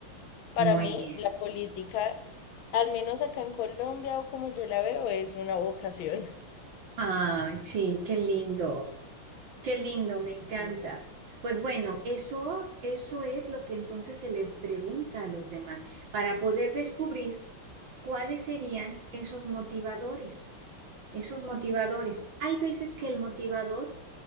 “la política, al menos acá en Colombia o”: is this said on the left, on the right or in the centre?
Left